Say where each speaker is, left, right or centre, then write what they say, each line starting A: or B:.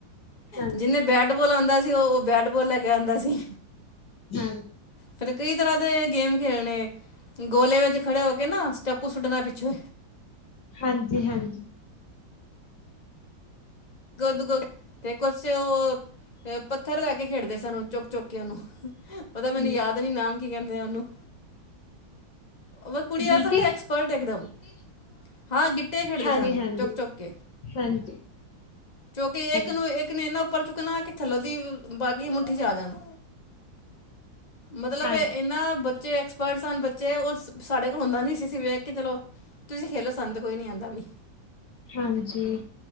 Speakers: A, on the left; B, on the left.
A: ਹਾਂਜੀ
B: ਜਿਨੇ ਬੈ ਬੈਟ ਬੋਲ ਆਂਦਾ ਸੀ ਓ ਬੈਟਬੋਲ ਲੈ ਕੇ ਆਂਦਾ ਸੀ।
A: ਹੂੰ।
B: ਫੇਰ ਕਈ ਤਰਾ ਦੇ ਗੇਮ ਖੇਲਨੇ, ਗੋਲੇ ਵੇਚ ਖੜ੍ਹੇ ਹੋ ਕੇ ਨਾ ਸਟੈਪੂ ਸੁੱਟਣੈ ਪਿੱਛੇ।
A: ਹਾਂਜੀ-ਹਾਂਜੀ।
B: ਗੋਦ <unintelligible> ਤੇ ਕੋਛ ਓ ਪੱਥਰ ਲੈ ਕੇ ਖੇਡਦੇ ਸੱਨ ਚੋਕ-ਚੋਕ ਕੇ ਓਨੂੰ ਓਦਾ
A: ਹਾਂਜੀ
B: ਮੈਨੂੰ ਯਾਦ ਨੀ ਨਾਮ ਕੀ ਕੈਂਦੇ ਆ ਓਨੂੰ। ਓਵੇ ਕੁੜੀਆਂ
A: ਗੀਤੇ
B: ਸਾ ਤਾ ਐਕਸਪਰਟ ਏਕਦਮ ਹਾਂ ਗਿੱਟੇ ਖੇਡਦੇ
A: ਹਾਂਜੀ
B: ਸੱਨ
A: ਹਾਂਜੀ
B: ਚੋਕ-ਚੋਕ ਕੇ,
A: ਹਾਂਜੀ
B: ਕਯੋਕਿ ਏਕ
A: ਹਾਂਜੀ
B: ਨੂੰ ਏਕ <unintelligible> ਪਰ ਚੁੱਕਨਾ ਕਿ ਥੱਲੋ ਦੀ ਬਾਕੀ ਦੇ ਮੁੱਠੀ ਇਚ ਆ ਜਾਨ ਮਤਲਬ
A: ਹਾਂਜੀ
B: ਏਨਾ ਬੱਚੇ ਐਕਸਪਰਟ ਸਨ ਬੱਚੇ ਔਰ ਸਾਡੇ ਕੋਲ ਹੋਂਦਾ ਨੀ ਸੀ ਅਸੀ ਵੇਖ ਕੇ ਚੱਲੋ, ਤੁਸੀ ਖੇਲੋ ਸਾਨੂੰ ਤੇ ਕੋਈ ਨੀ ਆਂਦਾ ਬਈ
A: ਹਾਂਜੀ।